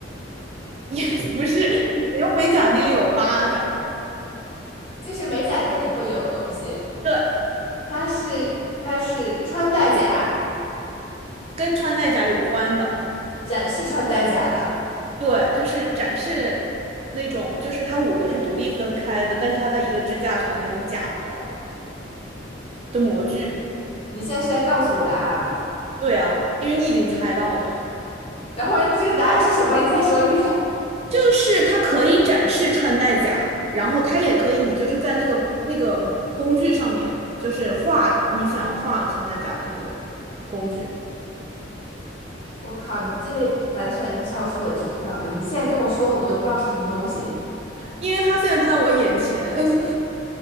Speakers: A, on the right; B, on the left.
A: 也不是，北欧美甲店里有巴掌。
B: 就是美甲店里会有的东西，
A: 对，
B: 它是它是穿戴甲，
A: 跟穿戴甲有关的。
B: 展示穿戴甲的。
A: 对，就是展示那种，就是它五个是独立分开的，但是它在一个支架上的那种假模儿的模具。
B: 你现在是在告诉我答案吗？
A: 对啊，因为你已经猜到了呀，
B: 等会儿这个答案是什么？你再说一遍。
A: 就是它可以展示穿戴甲，然后它也可以，你就是在那个那个工具上面，就是画你想要画的穿戴甲的那个工具，
B: 我靠，你这个完全超出我的知识范围。你现在跟我说了，我都不知道是什么东西，
A: 因为它现在就在我眼前。<laughs>